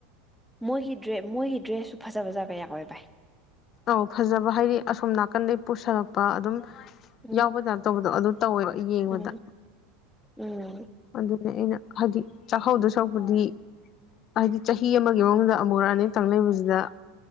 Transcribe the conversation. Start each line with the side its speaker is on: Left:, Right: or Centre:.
Centre: ꯃꯣꯏꯒꯤ ꯃꯣꯏꯒꯤ ꯗ꯭ꯔꯦꯁꯁꯨ ꯐꯖ ꯐꯖꯕ ꯀꯌꯥ ꯑꯣꯏ ꯚꯥꯏ
Left: ꯑꯧ ꯐꯖꯕ ꯍꯥꯏꯗꯤ ꯑꯁꯣꯝ ꯅꯥꯀꯟꯗꯒꯤ ꯄꯨꯁꯜꯂꯛꯄ ꯑꯗꯨꯝ
Centre: ꯎꯝ
Left: ꯌꯥꯎꯕꯗꯥꯅ ꯇꯧꯕꯗꯣ ꯑꯗꯨ ꯇꯧꯋꯦꯕ ꯌꯦꯡꯕꯗ
Centre: ꯎꯝ ꯎꯝ
Left: ꯑꯗꯨꯅ ꯑꯩꯅ ꯍꯥꯏꯗꯤ ꯆꯥꯛꯍꯧꯗ ꯁꯛꯄꯨꯗꯤ ꯍꯥꯏꯗꯤ ꯆꯍꯤ ꯑꯃꯒꯤ ꯃꯅꯨꯡꯗ ꯑꯃꯨꯛꯛ ꯑꯅꯤꯇꯪ ꯂꯩꯕꯁꯤꯗ